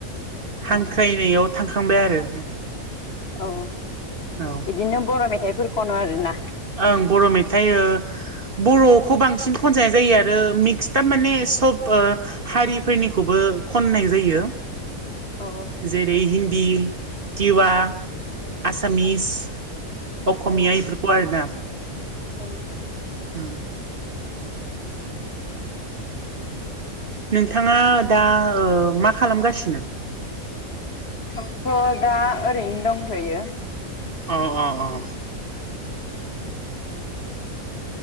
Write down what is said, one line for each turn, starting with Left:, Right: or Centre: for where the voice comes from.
Right: हांख्रायनायाव
Left: औ
Right: थांखांबाय आरो।
Left: औ औ।
Right: औ
Left: बिदिनो बर' मेथाइफोर खनो आरोना
Right: ओं बर' मेथाइ बर'खौ बांसिन खनजानायनाय जायो आरो मिक्सआ माने सब हारिफोरनिखौबो खननाय जायो
Left: औ औ
Right: जेरै हिन्दी टिवा आसामिस असमिया
Left: औ
Right: बेफोरखौ आरोना
Left: औ
Right: ओं नोंथाङा दा मा खालामगासिनो
Left: आंथ' दा ओरैनो दंथ'यो
Right: औ औ औ